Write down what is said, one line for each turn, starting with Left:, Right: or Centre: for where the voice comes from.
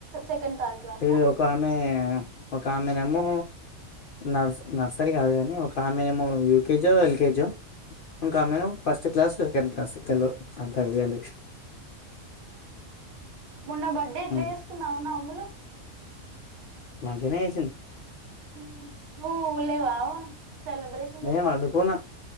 Right: సెకండ్ థర్డ్ క్లాసా
Left: ఈ ఓకామె ఓకామె నేమో నర్స్ నర్సరీ కాదు గానీ ఒక ఆమేమో యూకేజో ఎల్ కేజో ఇంకా మేవ్ ఫస్ట్ క్లాస్ సెకండ్ క్లాస్ తెల్ వద్ అంతా ఐడియా లెద్
Right: ఔనా మొన్న బడ్ డే ఎట్ల
Left: అంతే
Right: ఏస్ కున్నావ్ ఔన్ అమ్ములు
Left: మంచిగ్ ఏసిన్
Right: ఉహ్ నువ్ లేవా సెలబ్రేషన్
Left: నేను
Right: ల
Left: పండుకున్నా